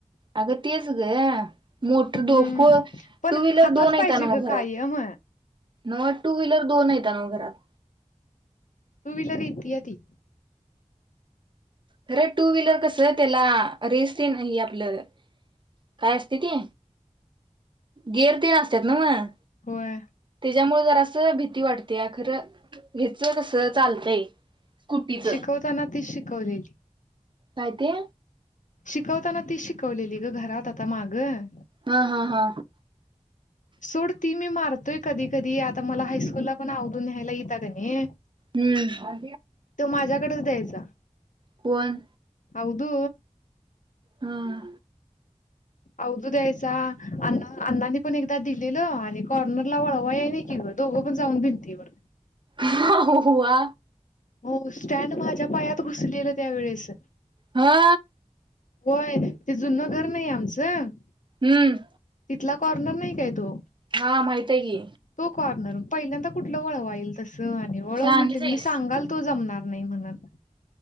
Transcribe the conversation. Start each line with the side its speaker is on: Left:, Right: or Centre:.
Right: अगं तेच गं. मोट
Left: हम्म
Right: डोकं
Left: पण
Right: टू व्हीलर
Left: हातात
Right: दोन आहेता
Left: पाहिजे
Right: नव्हं
Left: ग कायम
Right: घरात नव्हं टू व्हीलर दोन हायता नव्हं घरात
Left: टू व्हीलर येतीया ती.
Right: अरे टू व्हीलर कसं त्याला रेस ते नाही आपलं काय असते ते गेर तेन असत्यात नव्हं.
Left: होय
Right: त्याच्यामुळं जरासं भीती वाटत्या अ खरं हेचं कसं चालतंय. स्कुटीच
Left: शिकवताना ती शिकवते
Right: काय ते?
Left: शिकवताना ती शिकवलेली गं घरात आता मागं.
Right: हा हा हा.
Left: सोड ती मी मारतोय कधी कधी आता मला हायस्कूलला पण अवधू न्यायला ई ता कनी.
Right: हम्म
Left: तो माझ्याकडेच द्यायचा.
Right: कोण?
Left: आवदु.
Right: हम्म.
Left: अवधू द्यायचा अण अण्णांनी पण एकदा दिलेल आणि कॉर्नरला वळवा या नाही कि गं. दोघं पण जाऊन भिंतीवर.
Right: आव्वा.
Left: हो स्टँड माझ्या पायात घुसलेलं त्यावेेळेस
Right: हा.
Left: होय ते जुनं घर नाही आमचं
Right: हम्म.
Left: तिथंला कॉर्नर नाही काय तो.
Right: हा माहित आहे की
Left: तो कॉर्नर पहिल्यांदा कुठलं वळवाय येईल तसं आणि वळवं
Right: शहाणीच
Left: म्हटले
Right: आहेस
Left: मी सांगालतो जमणार नाही म्हणत.